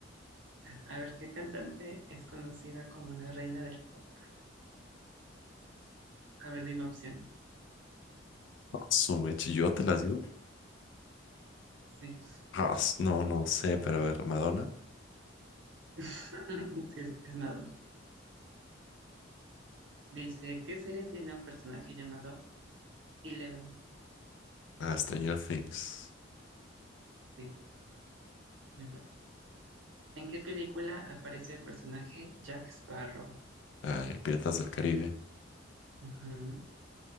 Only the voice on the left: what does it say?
Su mechi, ¿yo te las digo?
Ah, s- no, no sé, pero a ver, Madonna.
Ah, Stranger Things.
Ay, Piratas del Caribe.